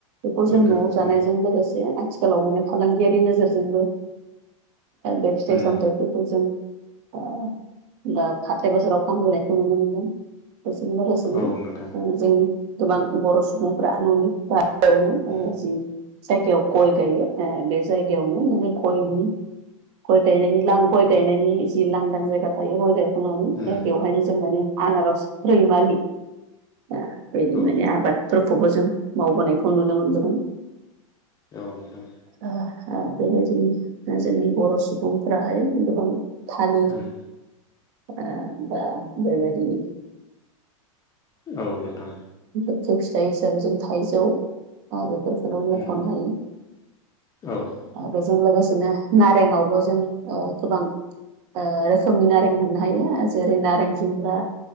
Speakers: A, on the right; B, on the left.
A: बेखौ
B: नोंथां
A: जों न'आव जानायजों
B: उम
A: लोगोसे आथिखालाव माने फालांगियारि नोजोरजोंबो बे फिथाइ
B: उम
A: सामथाइफोरखौ जों अ होमबा हाथाय बाजाराव फानबोनायखौ नुनो मोनदों। बेजों लोगोसेनो
B: औ नोंथां
A: ओ जोंनि गोबां बर' सुबुंफोरा न'नि बा <unintelligible>
B: उम
A: जि जायगायाव गय गायो ओ बे जायगायावनो माने गयनि गय गायनायनि लां गय गायनायनि जि लांदां जायगा थायो गय गायखांनानै
B: उम
A: बेवहायनो जों माने आनारस रैमालि ओ बेनि
B: औ
A: माने आबादफोरखौबो जों मावबोनायखौ नुनो मोनबोदों।
B: औ नोंथां।
A: ओ हो बेबायदिनि जोंनि बर' सुबुंफोराहाय गोबां थालिर
B: उम
A: ओ बा बेबायदि
B: औ नोंथां
A: गोखै फिथाइ हिसाबै जों थाइजौ बा बेफोरखौ मख'नो
B: उम
A: हायो।
B: औ।
A: ओ बेजों लोगोसेनो नारेंआवबो जों ओ गोबां ओ रोखोमनि नारें मोननो हायो जेरै नारें जुम्ब्रा।